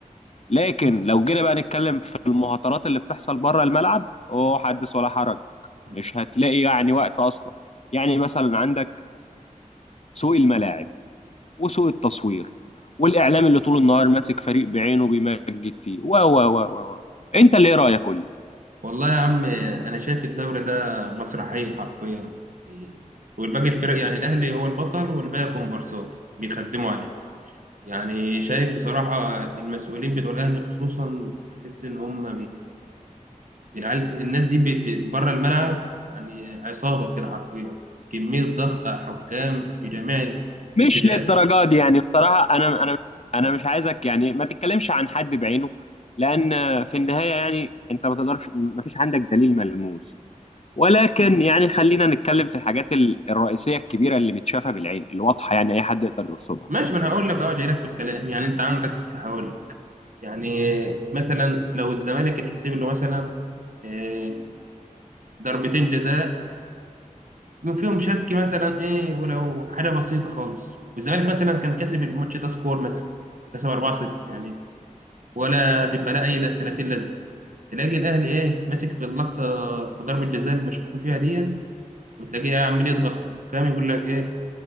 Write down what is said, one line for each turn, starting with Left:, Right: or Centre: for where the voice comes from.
Left: لكن
Right: آه.
Left: لو جينا بقى نتكلم في المهاترات اللي بتحصل بره الملعب اوه حدث ولا حرج
Right: مم.
Left: مش هتلاقي يعني وقت اصلا يعني مثلا عندك سوق الملاعب وسوء التصوير والاعلام اللي طول النهار ماسك فريق بعينه بيمجد فيه و و و و و انت اللي ايه رايك قول لي
Right: والله يا عم انا شايف الدوري ده مسرحيه حرفيا يعني والباقي الفرق يعني الاهلي هو البطل والباقي كومبارسات بيخدموا عليه يعني شايف بصراحه المسؤولين بتوع الاهلي خصوصا بحس ان هم العيال الناس دي بي- في بره الملعب يعني عصابة كده حرفيا كمية ضغط على الحكام في جميع ال-
Left: مش
Right: الاتجاهات
Left: للدرجه دي يعني بصراحه انا انا انا مش عايزك يعني ما تتكلمش عن حد بعينه لان في النهايه يعني انت ما تقدرش ما فيش عندك دليل ملموس ولكن يعني خلينا نتكلم في الحاجات ال- الرئيسيه الكبيره اللي متشافه بالعين اللي واضحه يعني اي حد يقدر يرصدها
Right: ماشي ما انا هقول لك اه جاي لك في الكلام يعني انت عندك هقول لك يعني مثلا لو الزمالك يتحسب له مثلا آه، ضربتين جزاء يبقى فيهم شك مثلا ايه ولو حاجة بسيطة خالص والزمالك مثلا كان كسب الماتش ده سكور مثلا كسب 4-0 يعني ولا تبقى لها اي 30 لازمه تلاقي الاهلي ايه ماسك في اللقطه في ضربه جزاء المشكوك فيها ديت وتلاقيه عمال يضغط على الحكام يقول لك ايه